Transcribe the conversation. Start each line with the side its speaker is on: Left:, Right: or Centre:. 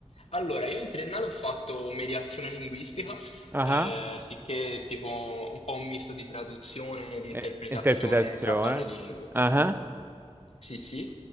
Left: Allora, io in triennale ho fatto mediazione linguistica,
Right: Ah,
Left: eh, sicché tipo un po' un misto di traduzione e di
Right: eh,
Left: interpretazione
Right: interpretazione.
Left: tra varie lingue.
Right: Ah,
Left: Sì, sì.